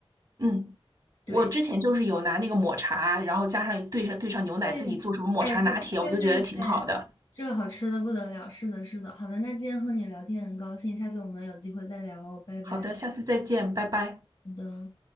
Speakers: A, on the right (about 40°); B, on the left (about 70°).
A: 嗯，
B: 对，
A: 我之前就是有拿那个抹茶，然后加上兑上兑上牛奶，
B: 对，
A: 自己做什么抹茶拿铁，
B: 哎，是，对对对，
A: 我就觉得挺好的。
B: 这个好吃的不得了。是的，是的。好的，那今天和你聊天很高兴，下次我们有机会再聊哦，拜拜。
A: 好的，下次再见，拜拜。
B: 好的。